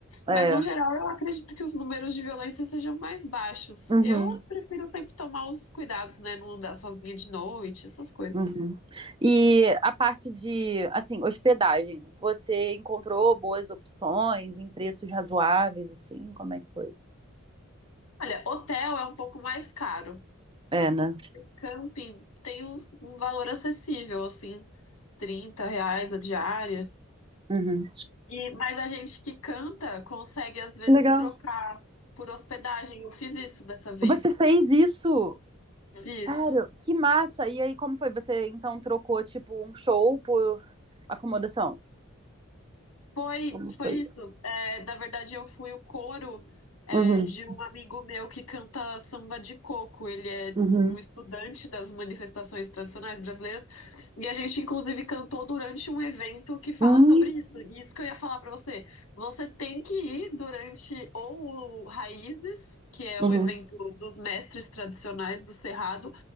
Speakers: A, on the right (about 25°); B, on the left (about 80°).
A: É.
B: Mas no geral, eu acredito que os números de violência sejam mais baixos.
A: Uhum,
B: Eu prefiro sempre tomar os cuidados, né? Não andar sozinha de noite, essas coisas.
A: uhum. E a parte de, assim, hospedagem, você encontrou boas opções em preços razoáveis, assim? Como é que foi?
B: Olha, hotel é um pouco mais caro.
A: É, né?
B: Camping tem um, um valor acessível, assim, 30 reais a diária.
A: Uhum.
B: E, mas a gente que canta consegue às vezes
A: Legal.
B: trocar por hospedagem. Eu fiz isso dessa vez.
A: Você fez isso?
B: Fiz.
A: Sério? Que massa! E aí, como foi? Você então trocou, tipo, um show por acomodação?
B: Foi,
A: Como
B: foi
A: foi?
B: isso. É, na verdade, eu fui o coro, é,
A: Uhum.
B: de um amigo meu que canta samba de coco. Ele é
A: Uhum.
B: um estudante das manifestações tradicionais brasileiras. E a gente, inclusive, cantou durante um evento que fala
A: Hum,
B: sobre isso. E isso que eu ia falar para você. Você tem que ir durante ou o Raízes, que é
A: uhum.
B: o evento dos mestres tradicionais do Cerrado.